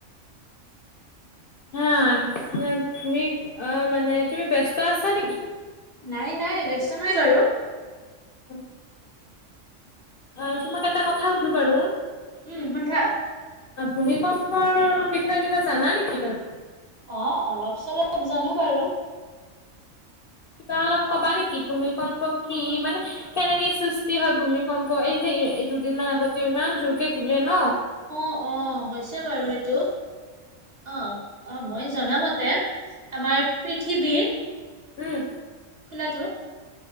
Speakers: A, on the left; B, on the right.
A: হা তুমি অ', মানে তুমি ব্যস্ত আছা নেকি?
B: নাই নাই ব্যস্ত নাই বাৰু।
A: উ অ', তোমাক এটা কথা সুধো বাৰু অ'।
B: উম সোধা
A: ভূমিকম্পৰ বিষয়ে কিবা জানা নেকি বাৰু?
B: অ', অলপ চলপ জানো বাৰু।
A: তা অলপ কবা নেকি ভূমিকম্প কি মানে কেনেকে সৃষ্টি হয়, ভূমিকম্প এই যে দুদিনমান আগতেও ইমান জোৰকে দিলে ন
B: অ', অ', হৈছে বাৰু এইটো অ'। অ', মই জনামতে আমাৰ পৃথিৱীৰ
A: উম
B: খোলাটো।